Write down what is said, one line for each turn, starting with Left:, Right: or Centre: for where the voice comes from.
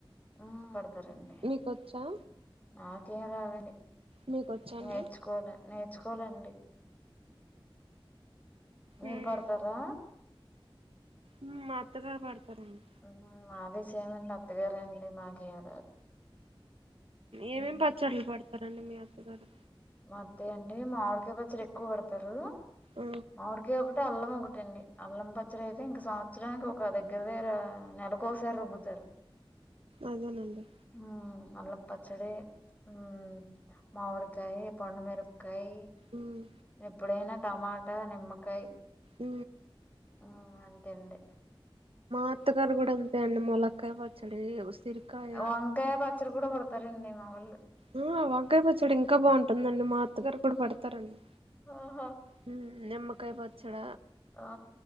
Left: ఆ పేడుతారండి
Right: మీకొచ్చా
Left: నాకేం రాదండి
Right: మీకొచ్చా అండి
Left: నేర్చుకోలే నేర్చుకోలే అండి మీరు
Right: ఉమ్,
Left: పేడతారా
Right: ఉమ్, మా అత్తగారు పడతారండి
Left: ఉమ్ మాది సేమ్ అండి అత్తగారే అండి నాకు ఎమ్ రాదు
Right: ఏమేమి
Left: ఉ
Right: పచ్చళ్ళు పడతారండి మీ అత్తగారు
Left: మా అత్తయ్య అండి మామిడికాయ పచ్చడి ఎక్కువ పేడతారు
Right: ఆ,
Left: మామిడికాయ ఒకటి అల్లం ఒకటీ అండి అల్లం పచ్చడి అయితే ఇంక సంవత్సరానికి ఒక దగ్గర దగ్గర నెలకు ఒకసారి రుబ్బుతారు
Right: అదేనండి
Left: ఉమ్, అల్లం పచ్చడి హు మామిడికాయ పండుమిరపకాయ్
Right: ఉమ్,
Left: ఎప్పుడైనా టమాటా, నిమ్మకాయ
Right: ఉ
Left: ఆ అంతే అండి
Right: అత్తగారు కూడా అంతే అండి ములక్కాయ పచ్చడి ఉసిరికాయ
Left: వంకాయ పచ్చడి కూడా పేడుతు పే రండి మా వోళ్ళు
Right: ఊ వంకాయ పచ్చాడి ఇంకా బాగుంటుందండి మా అత్తగారు కూడా పేడతారండి
Left: ఆహా
Right: హు నిమ్మకాయ పచ్చడ
Left: ఆ